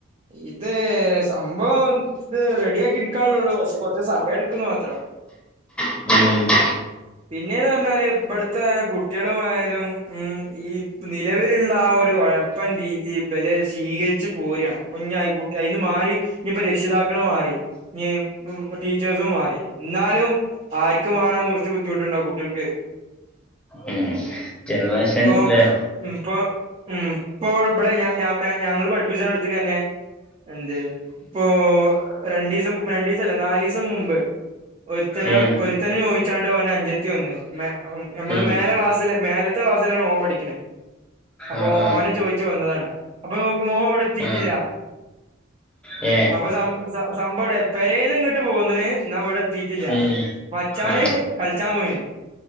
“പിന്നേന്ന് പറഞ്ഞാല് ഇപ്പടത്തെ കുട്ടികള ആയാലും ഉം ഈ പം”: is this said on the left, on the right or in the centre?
Right